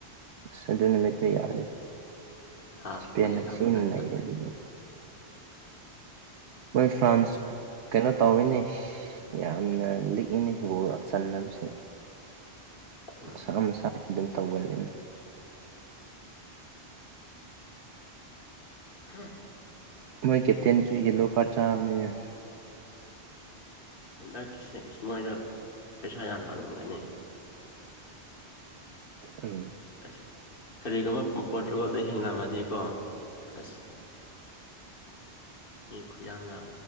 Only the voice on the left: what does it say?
ꯍꯥꯞ
ꯐꯥꯎ ꯌꯦꯡꯉꯝꯃꯒ
ꯆꯠꯈ꯭ꯔꯦ
ꯎꯝ
ꯍꯥꯥ
ꯍꯟꯗꯛꯀꯤ ꯏꯁ ꯃꯗ ꯄꯩꯁꯥ ꯌꯥꯝ ꯂꯥꯜꯂꯝꯒꯅꯤ
ꯑꯁ ꯀꯔꯤꯒꯨꯝꯕ ꯄꯣꯠꯇ꯭ꯔꯨꯒ ꯑꯗꯨ ꯍꯤꯡꯅꯝꯃꯦ ꯗꯀꯣ ꯑꯁ ꯃꯤ ꯈꯨꯌꯥꯝ ꯂ